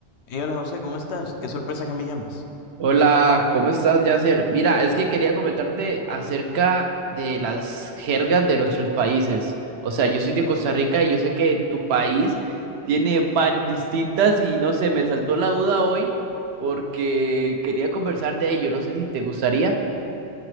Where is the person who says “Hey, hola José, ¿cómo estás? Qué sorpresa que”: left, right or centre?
Left